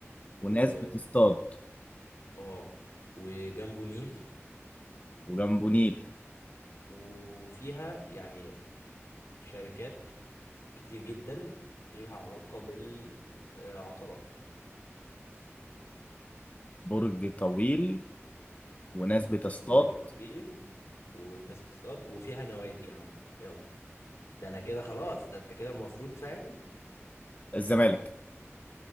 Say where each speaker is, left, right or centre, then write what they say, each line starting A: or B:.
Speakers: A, on the left; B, on the left.
A: وناس
B: و
A: بتصطاد
B: اه وجنبه نيل
A: وجنبه نيل
B: وفيها يعني شركات كتير جدا ليها علاقة بالعقارات
A: برج طويل وناس بتصطاد
B: برج طويل وناس بتصطاد وفيها نوادي يا عم يلا ده انا كده خلاص ده انت كده المفروض فاهم
A: الزمالك